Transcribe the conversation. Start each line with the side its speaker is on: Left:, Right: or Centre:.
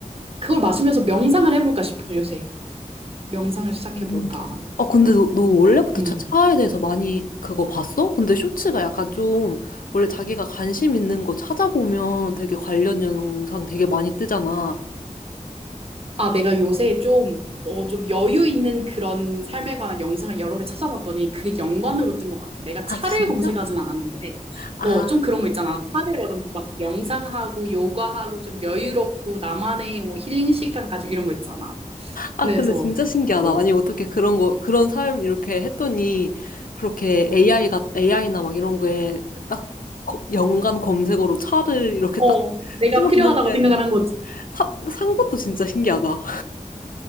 Right: 그걸 마시면서 명상을 해볼까 싶어, 요새. 명상을 시작해볼까.
Left: 음. 아, 근데 너, 너 원래부터
Right: 음.
Left: 차, 차에 대해서 많이 그거 봤어? 근데 쇼츠가 약간 좀, 원래 자기가 관심 있는 거 찾아보면 되게 관련 영상 되게 많이 뜨잖아.
Right: 아, 내가 요새 좀, 어, 좀 여유 있는 그런 삶에 관한 영상을 여러 개 찾아봤더니 그게 연관으로 뜬 것 같아. 내가
Left: 아,
Right: 차를
Left: 진짜?
Right: 검색하진 않았는데,
Left: 아,
Right: 어, 좀 그런 거 있잖아. 차를 막 명상하고 요가하고 좀 여유롭고 나만의 뭐 힐링 시간까지 이런 거 있잖아.
Left: 아,
Right: 그래서,
Left: 근데 진짜 신기하다.
Right: 어,
Left: 아니, 어떻게 그런 거, 그런 삶 이렇게 했더니, 그렇게 AI가, AI나 막 이런 거에 딱 거- 연관 검색어로 차를 이렇게
Right: 어,
Left: 딱
Right: 내가
Left: <laughs>
Right: 필요하다고
Left: 집어넣는데,
Right: 생각을 한거
Left: 사, 산 것도 진짜 신기하다.